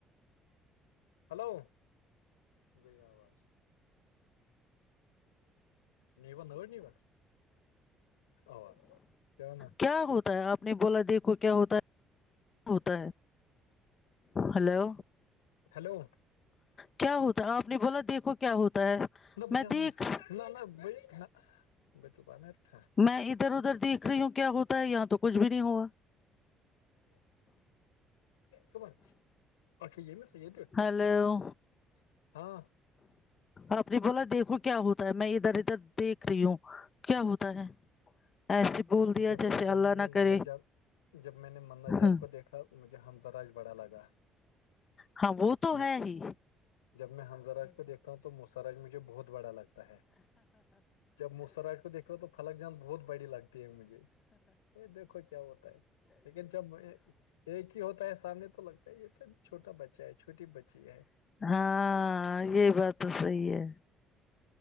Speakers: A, on the left; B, on the left.
A: ہلو گئی آواز نیوا نور نیوا آواز نا
B: کیا ہوتا ہے آپ آپ نے بولا دیکھو کیا ہوتا ہے ہوتا ہے ہلو
A: ہیلو
B: کیا ہوتا آپ نے بولا دیکھو کیا ہوتا ہے
A: <unintelligible>
B: میں دیکھ
A: تھا
B: میں ادھر ادھر دیکھ رہی ہوں کیا ہوتا ہے یہاں تو کچھ بھی نہیں ہوا
A: سمج اچھا یے <unintelligible>
B: ہلو
A: اچھا اچھا ہاں
B: آپ نے بولا دیکھو کیا ہوتا ہے میں ادھر ادھر دیکھ رہی ہوں کیا ہوتا ہے ایسے بول دیا
A: جب
B: جیسے
A: جب
B: اللہ
A: میں نے
B: نہ
A: منا
B: کرے
A: جان جب میں نے ماما جان
B: ہاں
A: کو دیکھا مجھے حمزراج بڑا لگا
B: ہاں وہ تو
A: یا-
B: ہے ہی
A: جب میں ہممزراج کو دیکتا ہوں تو سراج مجھے بہت بڑا لگتا ہے جب مسراج کو دھ رہ ہو تو فلک جان بہت بڑی لگتی مجھے دیکھو کیا ہوتا ہے لیکن جب میں ایک ہی ہوتا ہے سامنے تو لگتا ہے یے تو چھوٹا بچہ ہے چھوٹی بچی ہے
B: ہاں یے بات تو صحیح ہے